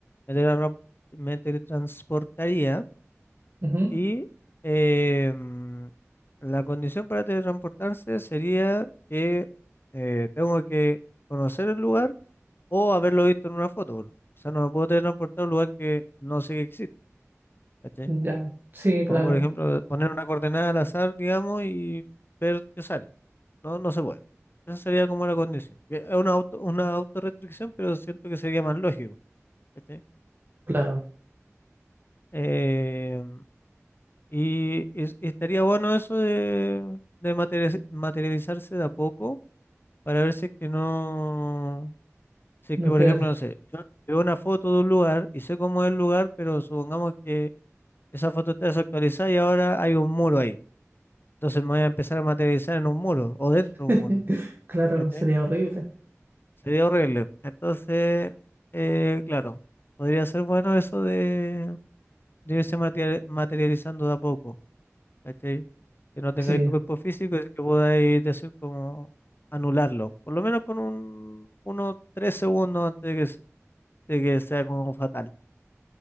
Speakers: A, on the left; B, on the right.
A: Me teletran- me teletransportaría.
B: Ujú,
A: Y eh, mm, la condición para teletransportarse sería que eh, tengo que conocer el lugar o haberlo visto en una foto. por O sea, no me puedo teletransportar a un lugar que no sé que existe, ¿cachai?
B: Ya, sí, claro,
A: Como por ejemplo poner una coordenada al azar, digamos, y ver qué sale. No, no se puede. Esa sería como la condición. que Es una auto, una autorrestricción, pero siento que sería más lógico, ¿cachai?
B: claro,
A: Em, Y, es- estaría bueno eso de, de materializ- materializarse de a poco para ver si es que no, si es
B: no
A: que por
B: queda.
A: ejemplo, no sé, yo veo una foto de un lugar y sé cómo es el lugar, pero supongamos que esa foto está desactualizada y ahora hay un muro ahí. Entonces me voy a empezar a materializar en un muro o dentro
B: <laughs>
A: de un muro.
B: Claro,
A: ¿cachai?
B: sería horrible.
A: Sería horrible. Entonces, eh, claro, podría ser bueno eso de, de irse materia- materializando de a poco. ¿cachai? Que no tengáis
B: Sí.
A: tu cuerpo físico y que podáis decir como anularlo, por lo menos con un, unos tres segundos antes de que, se- de que sea como fatal.